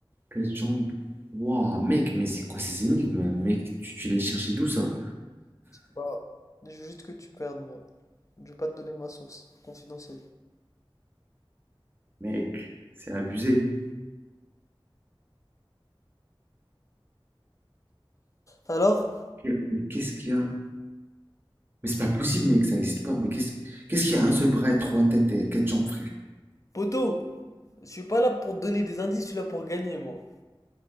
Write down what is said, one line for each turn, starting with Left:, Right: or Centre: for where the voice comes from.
Right: quatre jambes. Waouh, mec, mais c'est quoi ces énigmes, mec? Tu, tu les cherchais d'où ça?
Left: Bah, je veux juste que tu perdes, moi. Je vais pas te donner ma source confidentielle.
Right: Mec, c'est abusé.
Left: Alors,
Right: Mais qu'est-ce qu'il y a? Mais c'est pas possible, mec, ça existe pas. Mais qu'est-ce qu'est-ce qu'il y a un seul bras, trois têtes et quatre jambes, frère?
Left: poto, je suis pas là pour te donner des indices, je suis là pour gagner, moi.